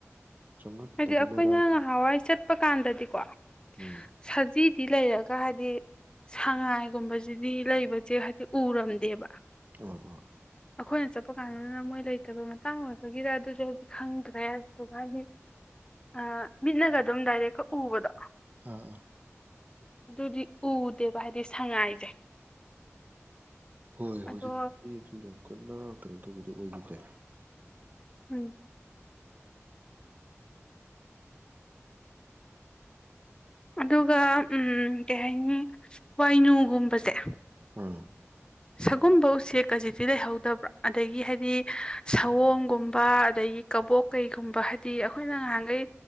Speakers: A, on the right; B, on the left.
A: ꯆꯪꯉꯛꯇꯕꯅꯔ
B: ꯍꯥꯏꯗꯤ ꯑꯩꯈꯣꯏꯅ ꯉꯍꯥꯟꯋꯥꯏ ꯆꯠꯄ ꯀꯥꯟ ꯀꯥꯟꯗꯗꯤꯀꯣ
A: ꯎꯝ
B: ꯁꯖꯤꯛ ꯗꯤ ꯂꯩꯔꯒ ꯍꯥꯏꯗꯤ ꯁꯉꯥꯏꯒꯨꯝꯕꯁꯤꯗꯤ ꯂꯩꯕꯁꯦ ꯍꯥꯏꯗꯤ ꯎꯔꯝꯗꯦꯕ
A: ꯑꯣ ꯑꯣ
B: ꯑꯩꯈꯣꯏꯅ ꯆꯠꯄ ꯀꯥꯟꯗꯨꯗꯅ ꯃꯣꯏ ꯂꯩꯇꯕꯩ ꯃꯇꯥꯡ ꯑꯣꯏꯕꯒꯤꯔ ꯑꯗꯨꯁꯨ ꯍꯥꯏꯗꯤ ꯈꯪꯗ꯭ꯔꯦ ꯑꯗꯨꯗꯨꯒ ꯍꯥꯏꯗꯤ ꯑ ꯃꯤꯠꯅꯒ ꯑꯗꯨꯝ ꯗꯥꯏꯔꯦꯛꯀ ꯎꯕꯗꯣ
A: ꯑꯥ ꯑ
B: ꯑꯗꯨꯗꯤ ꯎꯗꯦꯕ ꯍꯥꯏꯗꯤ ꯁꯉꯥꯏꯁꯦ
A: ꯍꯣꯏ
B: ꯑꯗꯣ
A: ꯍꯧꯖꯤꯛ ꯑꯗꯨ ꯀꯟꯅ ꯀꯩꯅꯣ ꯇꯧꯕꯗꯨ ꯑꯣꯏꯈꯤꯗ꯭ꯔꯦ
B: ꯎꯝ ꯑꯗꯨꯒ ꯀꯩ ꯍꯥꯏꯅꯤ ꯋꯥꯏꯅꯨꯒꯨꯝꯕꯁꯦ
A: ꯑꯥ
B: ꯁꯒꯨꯝꯕ ꯎꯆꯦꯛꯀꯖꯤꯛꯇꯤ ꯂꯩꯍꯧꯗꯕ꯭ꯔꯥ ꯑꯗꯒꯤ ꯍꯥꯏꯗꯤ ꯁꯑꯣꯡꯒꯨꯝꯕ ꯑꯗꯒꯤ ꯀꯕꯣꯛ ꯀꯩꯒꯨꯝꯕ ꯍꯥꯏꯗꯤ ꯑꯩꯈꯣꯏꯅ ꯉꯍꯥꯟꯈꯩ